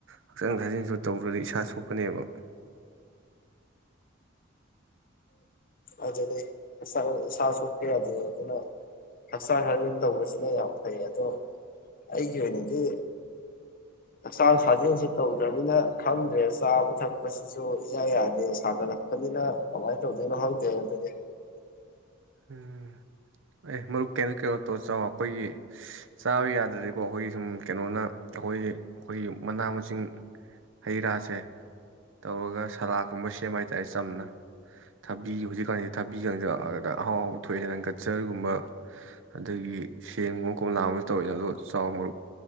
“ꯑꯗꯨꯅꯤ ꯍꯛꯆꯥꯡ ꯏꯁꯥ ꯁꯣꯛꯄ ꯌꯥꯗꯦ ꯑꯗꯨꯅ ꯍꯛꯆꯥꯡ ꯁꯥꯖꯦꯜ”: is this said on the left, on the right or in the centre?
Left